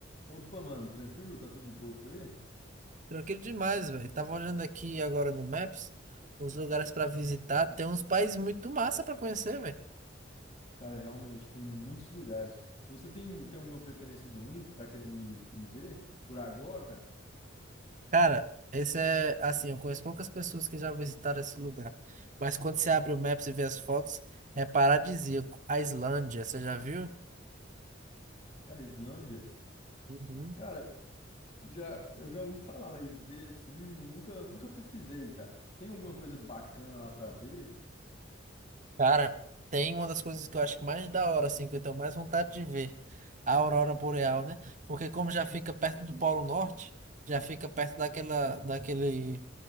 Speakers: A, on the left; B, on the right.
A: Opa, mano, tranquilo? Tá tudo de boa por aí?
B: Tranquilo demais, velho. Tava olhando aqui agora no Maps os lugares pra visitar. Tem uns países muito massa pra conhecer, velho.
A: Cara, realmente, tem muitos lugares. Você tem, tem alguma preferência de um que tá querendo ir, ir ver? Por agora?
B: Cara, esse é assim, eu conheço poucas pessoas que já visitaram esse lugar. Mas quando você abre o Maps e vê as fotos, é paradisíaco. A Islândia, você já viu?
A: Cara, Islândia?
B: Uhum.
A: Cara, já, eu já ouvi falar, mas ver assim, nunca, nunca pesquisei, cara. Tem alguma coisa bacana lá pra ver?
B: Cara, tem uma das coisas que eu acho que mais da hora, assim, que eu tenho mais vontade de ver, a aurora boreal, né? Porque como já fica perto do Polo Norte, já fica perto daquela, daquele